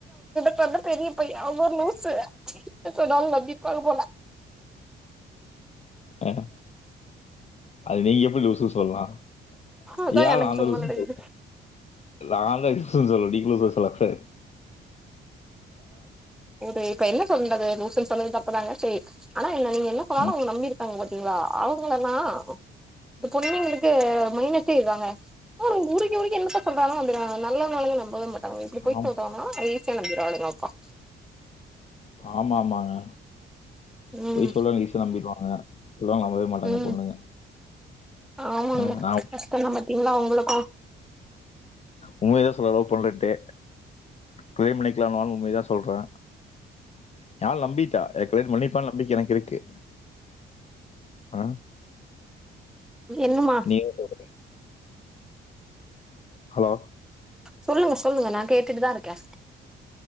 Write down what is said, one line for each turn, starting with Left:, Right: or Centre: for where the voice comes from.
Centre: இது பெரிய பொய்அவங்க ஒரு லூசு எது சொன்னாலும் நம்பிடுவாங்க போல
Left: அஹ் அது நீங்க எப்படி லூசு சொல்லலாம்
Centre: அதா
Left: எ ஆள
Centre: எனக்கு
Left: நா
Centre: தும்மல்
Left: தான் லுசு
Centre: அடிக்குது
Left: சொல்லனும் <unintelligible> சொல்லுங்க சொல்லுங்க நீங்களும் சொல்லுங்க
Centre: அது இப்ப என்ன சொல்றது லூசுன்னு சொன்னது தப்பு தாங்க சரி என்ன நீங்க என்ன சொன்னாலும்
Left: ம்.
Centre: அவங்க நம்பி இருக்கீங்க இருக்காங்கபாத்திங்களா ஆவங்களானா இந்த பொண்ணுங்களுக்கு மைனஸே இதுதாங்க உருகி உருகி என்னத்த சொல்றாலும் நம்பிடுவாங்க நல்லவங்களலா நம்பவே மாட்டாங்க இப்டி பொய்
Left: ஆம்.
Centre: சொல்றாங்கன்னா <unintelligible>
Left: ஆமா ஆமாங்க
Centre: ம்
Left: பொய் சொல்றது ஈஸியா நம்பிடுவாங்க இதெல்லாம் நம்பவே மாட்டாங்க
Centre: ம்
Left: பொண்ணுங்க
Centre: ஆமாங்க
Left: ஆ நா <inaudible>
Centre: கஷ்டந்தா பாத்தீங்களா உங்களுக்கு
Left: உம்மையதா சொல்லறா லவ் பண்ணலனுட்டு பிரேம் நெனக்கலனாலு உண்மைதா சொல்றே என் ஆள் நம்பிட்டா என்ன கல்யாணம் பண்ணிப்பானு நம்பிக்கை எனக்கு இருக்கு அ
Centre: என்னமா
Left: நீ <inaudible> ஹலோ
Centre: சொல்லுங்க சொல்லுங்க நா கேட்டுட்டுதா இருக்கே